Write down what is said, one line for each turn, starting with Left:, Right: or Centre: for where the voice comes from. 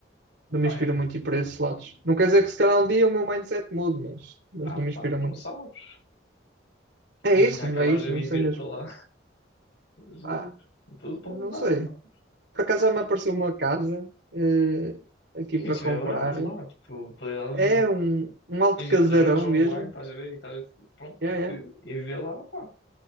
Right: Não
Left: Ah,
Right: me inspira
Left: é.
Right: muito ir para esses lados. Não quer dizer que se calhar um dia o meu mindset mude, mas, mas
Left: Ah,
Right: não
Left: não
Right: me
Left: sabes,
Right: inspira
Left: não
Right: muito.
Left: sabes.
Right: É
Left: Imagina,
Right: isso,
Left: acabares
Right: não é isso,
Left: a viver
Right: não sei mesmo.
Left: para lá. Jesus,
Right: Ah,
Left: tudo
Right: não
Left: pode mudar,
Right: sei.
Left: não sabes?
Right: Por acaso já me apareceu uma casa eh, aqui
Left: E
Right: para comprar.
Left: é barato lá, tipo, qualidade
Right: É
Left: de vida.
Right: um, um alto
Left: Imagina,
Right: casarão
Left: se trabalhares online,
Right: mesmo.
Left: estás a ver e estás a... Pronto,
Right: Yeah, yeah.
Left: e viver lá, pá,